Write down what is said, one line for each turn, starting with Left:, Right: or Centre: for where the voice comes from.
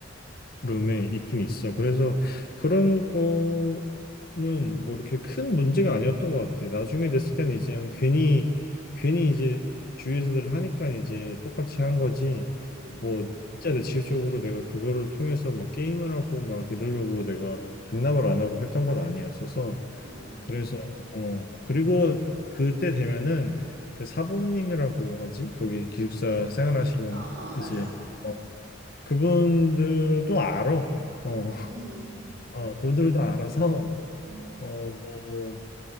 Left: 스터디룸에 있긴 있어. 그래서 그런 거는 뭐 이렇게 큰 문제가 아니었던 것 같아. 나중에 됐을 때는 이제 괜히, 괜히 이제 주위에서들 하니까 이제 똑같이 한 거지.
Right: 음,
Left: 뭐 진짜 내 직접적으로 내가 그거를 통해서 막 게임을 하고 막 이러려고 내가 반납을 안 하고 했던 건 아니었어서
Right: 음,
Left: 그래서 어 그리고 그때 되면은 그 사범님이라고 하지 거기 기숙사 생활하시는
Right: 어, 어, 맞아,
Left: 이제 어, 그분들도 알아 어,
Right: 음,
Left: <laughs>
Right: 음,
Left: 어 그분들도 알아서
Right: 음.
Left: 어뭐